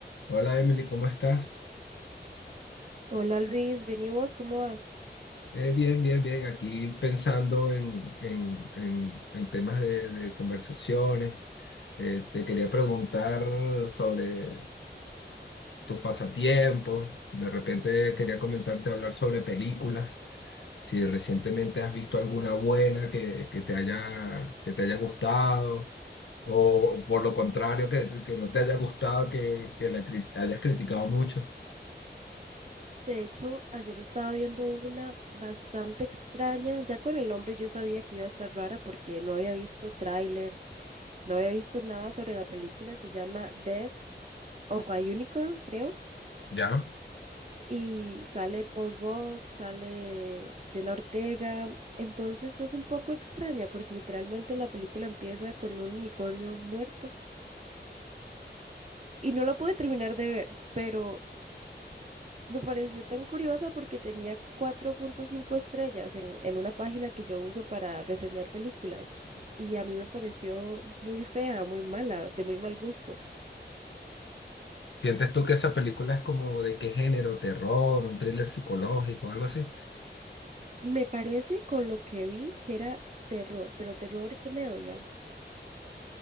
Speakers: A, on the left; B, on the right.
A: Hola Emily, ¿cómo estás?
B: Hola Luis, bien y vos, ¿cómo vas?
A: Eh, bien, bien, bien. Aquí pensando en, en- en- en temas de, de conversaciones. Eh, te quería preguntar sobre tus pasatiempos. De repente quería comentarte hablar sobre películas. Si recientemente has visto alguna buena que, que te haya, que te haya gustado. O, por lo contrario, que, que no te haya gustado, que, que la cri- hayas criticado mucho.
B: De hecho, ayer estaba viendo una bastante extraña. Ya con el nombre yo sabía que iba a estar rara porque no había visto tráiler, no había visto nada sobre la película. Se llama Death of a Unicorn, creo.
A: ¿Ya?
B: Y sale Paul Rudd, sale Jenna Ortega. Entonces es un poco extraña porque literalmente la película empieza con un unicornio muerto. Y no la pude terminar de ver, pero Me pareció tan curiosa porque tenía cuatro punto cinco estrellas en, en una página que yo uso para reseñar películas y a mí me pareció muy fea, muy mala, de muy mal gusto.
A: ¿Sientes tú que esa película es como de qué género? ¿Terror? ¿Un thriller psicológico? ¿Algo así?
B: Me parece con lo que vi que era terror, pero terror y comedia.